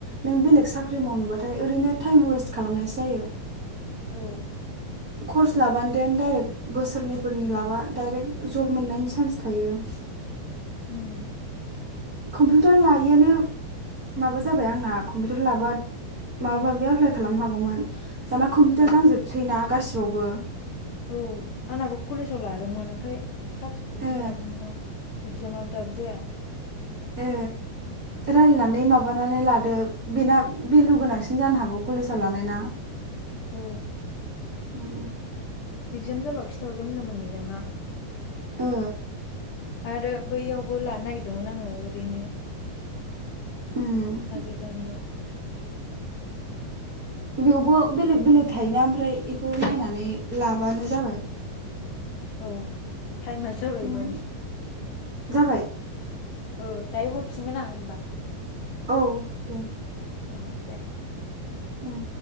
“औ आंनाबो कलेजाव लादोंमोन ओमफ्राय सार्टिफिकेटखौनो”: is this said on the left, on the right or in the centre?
Left